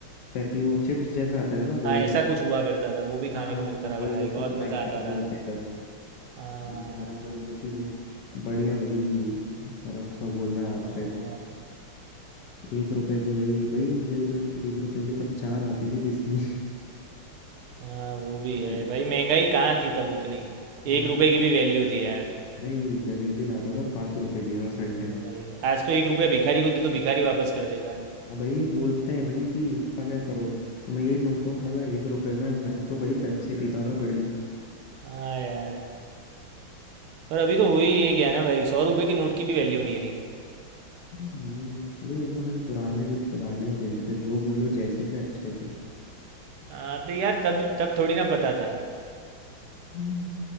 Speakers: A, on the left; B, on the right.
A: पेपी वो चिप्स जैसा आते थे ना गोल
B: हाँ ऐसा
A: गोल
B: कुछ हुआ करता था वो भी खाने
A: हाँ हाँ
B: को
A: हाँ,
B: मिलता
A: हाँ,
B: था
A: वही
B: भाई
A: उसी
B: बहुत
A: को
B: मज़ा
A: टाइम
B: आता
A: पास
B: था
A: बोलते हैं इधर
B: हाँ
A: हमारे उधर उसी को बढ़िया भाई बर्फ का गोला
B: हाँ यार
A: पेप एक रुपए की भाई भाई ये जो एक रुपए की तब चार आती थी किसमें
B: हाँ वो भी है
A: <laughs> रेट
B: भाई महंगाई कहाँ थी तब उतनी
A: वही
B: एक
A: ना
B: रुपए की भी वैल्यू थी यार
A: भाई जलेबी लाता था पाँच रुपए की हर संडे
B: हाँ भाई आज तो एक रुपया भिखारी को दे तो भिखारी वापस कर देगा
A: हाँ भाई बोलते हैं भाई कि इसका क्या करो तो मैं यही सोचता हूँ साला एक रुपए में मैं तो भाई पेप्सी पीता था बढ़िया
B: हाँ यार पर अभी तो हो ही ये गया ना भाई सौ रुपए की नोट की भी वैल्यू नहीं रही
A: हम्म, वही है ना भाई पुराने दिन पुराने ही दिन थे जो बोलो जैसे थे अच्छे थे
B: हाँ तो यार तब तब थोड़ी ना पता था
A: हम्म।